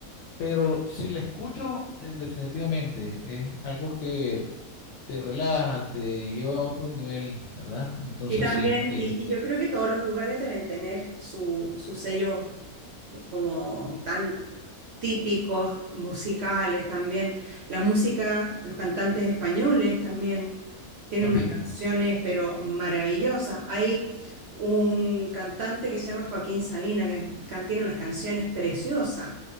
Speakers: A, on the left; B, on the right.
A: pero si la escucho, eh, definitivamente es algo que te relaja, te lleva a otro nivel, ¿verdad? Entonces
B: Y también,
A: sí, y
B: y, y yo creo que todos los lugares deben tener su, sus sellos como tan típicos musicales también. La música, los cantantes españoles también tienen
A: también.
B: unas canciones, pero maravillosas. Hay un cantante que se llama Joaquín Sabina, que can- tiene unas canciones preciosas,